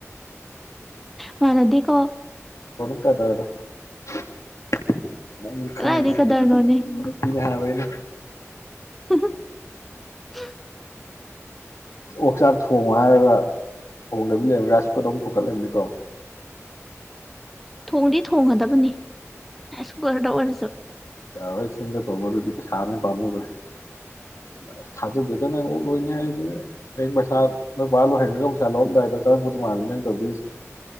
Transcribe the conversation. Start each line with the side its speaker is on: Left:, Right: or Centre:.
Centre: ꯃꯥꯟꯅꯗꯦꯀꯣ
Left: <inaudible> ꯀꯗꯔꯗꯣ <unintelligible>
Centre: ꯀꯗꯥꯏꯗꯩ ꯀꯗꯔꯅꯣꯅꯦ
Left: ꯌꯔꯣꯏꯅꯦ
Centre: <unintelligible>
Left: ꯑꯣꯛꯆꯥꯛ ꯊꯣꯡꯉꯣ ꯍꯥꯏꯔꯒ ꯊꯣꯡꯗꯕꯤ ꯂꯩꯔ ꯔꯥꯏꯁ <unintelligible>
Centre: ꯊꯣꯡꯗꯤ ꯊꯣꯡꯒꯗꯕꯅꯤ ꯑꯦꯁ ꯀꯨꯀꯔꯗ ꯑꯣꯏꯔꯁꯨ
Left: ꯌꯥꯔꯣꯏ ꯁꯤꯁꯤꯡꯒ ꯇꯧꯅ ꯑꯗꯨꯗꯤ ꯄꯩꯁꯥ ꯅ ꯄꯥꯝꯃꯨꯈ꯭ꯔꯦ ꯑꯁ ꯊꯥꯖꯗꯦꯗ ꯅꯪ ꯑꯣꯛ ꯂꯣꯏꯅꯤ ꯍꯥꯏꯁꯤꯅꯦ ꯍꯌꯦꯡ ꯄꯩꯁꯥ ꯂꯣꯏꯄꯥ ꯂꯣꯏꯍꯟꯈꯒ ꯄꯩꯁꯥ ꯂꯧꯔꯝꯗꯥꯏꯗ ꯆꯪꯉꯕ ꯇꯣꯡꯉꯥꯜꯂꯤ ꯅꯪ ꯇꯧꯗꯣꯏꯁꯤ